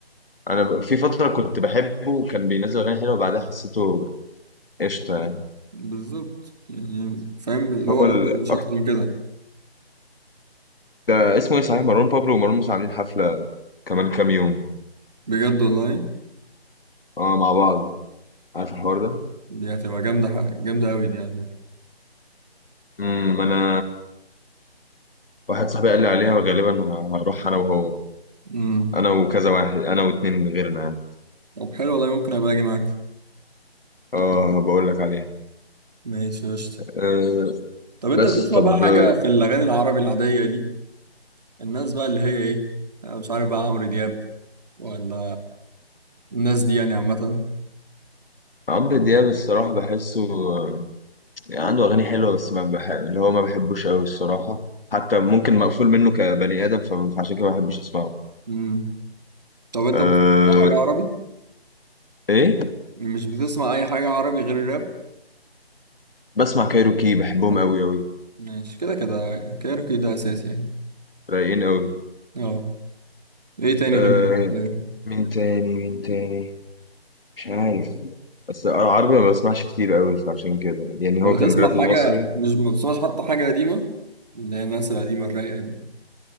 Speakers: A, on the left; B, on the right.
A: انا ب- في فتره كنت بحبه وكان بينزل اغاني حلوه وبعدها حسيته قشطه يعني.
B: بالظبط يعني فاهم اللي
A: هو
B: هو انت
A: الأك...
B: مش اكتر من كده
A: ده اسمه ايه صحيح مروان بابلو ومروان موسى عاملين حفلة كمان كام يوم
B: بجد والله
A: اه مع بعض عارف الحوار ده
B: دي هتبقى جامده ح- جامده قوي دي على فكره
A: امم انا واحد صاحبي قال لي عليها وغالبا هروح انا وهو
B: امم
A: انا وكذا واحد انا واتنين غيرنا يعني
B: طب حلو والله ممكن ابقى اجي معاك
A: اه بقول لك عليها
B: ماشي قشطه
A: أه
B: طب انت
A: بس
B: بتسمع
A: طب
B: بقى حاجه
A: آه،
B: في الاغاني العربي العاديه دي الناس بقى اللي هي ايه أنا مش عارف بقى عمرو دياب ولا الناس دي يعني عامه
A: عمرو دياب الصراحة بحسه آه، عنده أغاني حلوة بس ما بح... اللي هو ما بحبوش أوي الصراحة حتى ممكن مقفول منه كبني آدم ف- فعشان كده ما بحبش أسمعه
B: امم طب انت
A: أه
B: بتسمع حاجه عربي
A: إيه
B: مش بتسمع اي حاجه عربي غير الراب
A: بسمع كايروكي بحبهم أوي أوي
B: ماشي كده كده كايروكي ده اساسي يعني
A: رايقين أوي
B: اه ايه تاني
A: آه
B: غير الكايرو
A: مين تاني مين تاني مش عارف بس انا عربي ما بسمعش كتير قوي فعشان كده يعني
B: هو
A: هو
B: بتسمع
A: كان الراب
B: حاجة
A: المصري
B: مش ما بتسمعش حتى حاجة قديمة اللي هي الناس القديمة الرايقة دي